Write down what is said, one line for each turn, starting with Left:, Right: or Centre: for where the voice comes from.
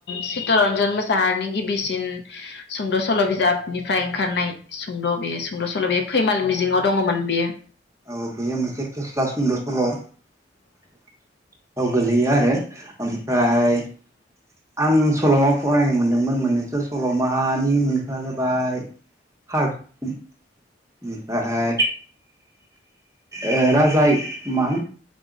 Left: चित्तरन्जन मोसाहारिनि गिबिसिन सुंद' सल' बिजाबनिफ्राय ओंखारनाय सुंद' बे सुंद' सल' बेयो फैमाल मिजिङाव दङमोन बेयो।
Right: औ बेयो मोनसे फेस्ला सुंद' सल'। औ गोलैयो आरो ओमफ्राय आं सल'मा फरायनो मोनदोंमोन मोननैसो सल'मानि मुंआ जाबाय <unintelligible> ओमफाय ओ राजा इ मा